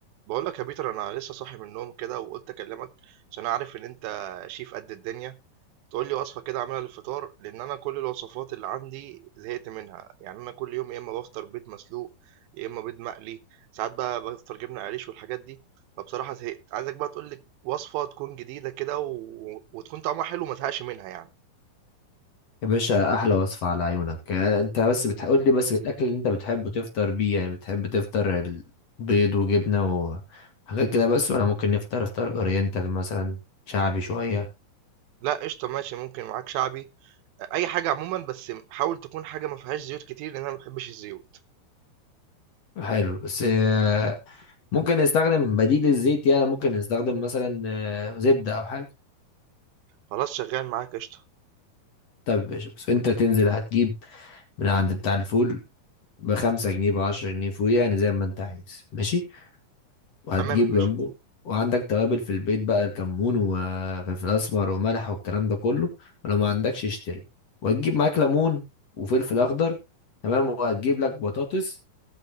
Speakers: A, on the right; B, on the left.
A: بقول لك يا بيتر انا لسه صاحي من النوم كده وقلت اكلمك عشان اعرف ان انت شيف قد الدنيا تقول لي وصفه كده اعملها للفطار لان انا كل الوصفات اللي عندي زهقت منها يعني انا كل يوم يا اما بفطر بيض مسلوق يا اما بيض مقلي ساعات بقى بفطر جبنه قريش والحاجات دي فبصراحه زهقت عايزك بقى تقول لي وصفه تكون جديده كده و... وتكون طعمها حلو وما تزهقش منها يعني
B: يا باشا احلى وصفة على عيونك آه، انت بس بتقول لي بس الاكل اللي انت بتحبه تفطر بيه يعني بتحب تفطر البيض وجبنة وحاجات كده بس ولا ممكن نفطر افطار اورينتال مثلا شعبي شوية
A: لا قشطه ماشي ممكن معاك شعبي اي حاجه عموما بس حاول تكون حاجه ما فيهاش زيوت كتير لان انا ما بحبش الزيوت
B: حلو بس آه، ممكن نستخدم بديل الزيت يعني ممكن نستخدم مثلا آه، زبدة او حاجة
A: خلاص شغال معاك قشطه
B: طب يا باشا بس انت تنزل هتجيب من عند بتاع الفول بخمسة جنيه بعشرة جنيه فول يعني زي ما انت عايز ماشي وهتجيب
A: تمام يا باشا
B: جنبه وعندك توابل في البيت بقى كمون وفلفل اسمر وملح والكلام ده كله ولو ما عندكش اشتري وهتجيب معاك ليمون وفلفل اخضر تمام وهتجيب لك بطاطس